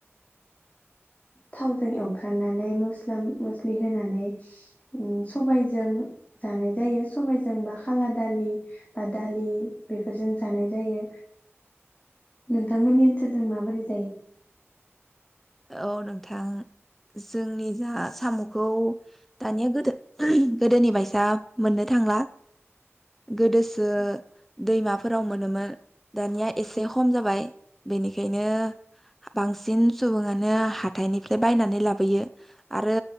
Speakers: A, on the left; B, in the centre.
A: थावजों एव सांनानै मस्ला मस्लि होनानै। सबाइजों जानाय जायो सबजों बा खाला दालि बा दालि बेफोरजों जानाय जायो। नोंथांमोननि ओनसोलजों माबोरै <inaudible>
B: औ नोंथां जोंनि जा सामखौ दानिया गोदो गोदोनि बायसा मोननो थांला। गोदोसो दैमाफोराव मोनोमोन दानिया एसे खम जाबाय बेनिखायनो बांसिन सुबुङानो हाथायनिफाय बायनानै लाबोयो आरो